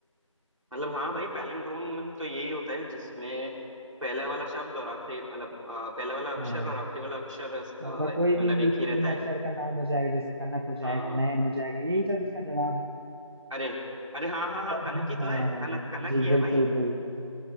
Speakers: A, on the right (about 75°); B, on the right (about 50°).
A: मतलब हाँ भाई पैलिंड्रोम में तो यही होता है जिसमें पहला वाला शब्द और आखिरी मतलब अ, पहला वाला अक्षर
B: हाँ
A: और आखिरी वाला अक्षर अ,
B: तो ऐसा कोई भी
A: मतलब एक
B: तीन
A: ही रहता है
B: अक्षर का नाम हो जाएगा जैसे कनक हो जाएगा
A: हाँ
B: नयन हो जाएगा यही सब इसका जवाब है
A: अरे अरे हाँ हाँ हाँ
B: हाँ
A: कनक ही तो है कनक कनक
B: जी
A: ही है
B: बिल्कुल
A: भाई
B: बिल्कुल